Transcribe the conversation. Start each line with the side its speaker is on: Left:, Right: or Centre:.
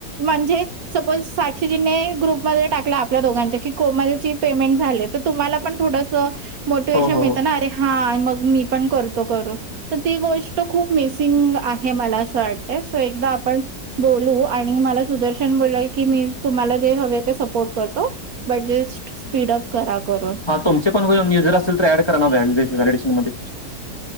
Right: म्हणजे सपोज साक्षीजीने ग्रुपमध्ये टाकला आपल्या दोघांच्या की कोमल ची पेमेंट झाले तर तुम्हाला पण थोडसं मोटिवेशन
Left: हो, हो,
Right: मिळतं
Left: हो.
Right: ना अरे हा मग मी पण करतो करू तर ती गोष्ट खूप मिसिंग आहे मला असं वाटतय सो एकदा आपण बोलू आणि मला सुदर्शन बोलाय की मी तुम्हाला जे हवे ते सपोर्ट करतो बडजस्ट स्पीड अप करा करून
Left: हां, तुमचे पणजर असल तर ऍड करा ना व्हॅडशन मध्ये